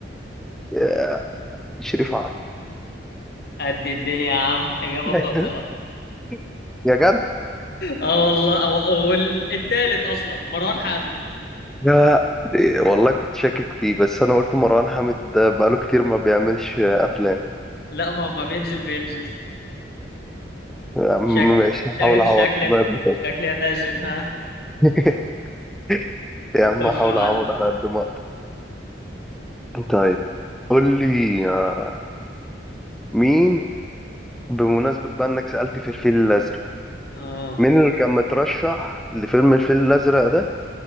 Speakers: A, in the centre; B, on the left.
A: يا- شريف عرف
B: قد الدنيا يا عم إجابة
A: <laughs>
B: خاطئة
A: يا جد
B: اه والله أو- والتالت اصلا مروان حامد
A: يا والله كنت شاكك فيه بس انا قلت مروان حامد ده بقاله كتير ما بيعملش افلام
B: لا ما هو ما بينزل بينزل
A: يا عم
B: شكل
A: ماشي هحاول
B: شكل
A: اعوض
B: شكل
A: بقى بكده.
B: شكلي هتعزم ها
A: <laughs> يا عم
B: خش
A: هحاول
B: يا معلم
A: اعوض على قد ما اقدر طيب قول لي آه، مين بمناسبة بقى انك سألت في الفيل الازرق
B: اه
A: مين اللي كان مترشح لفيلم الفيل الازرق ده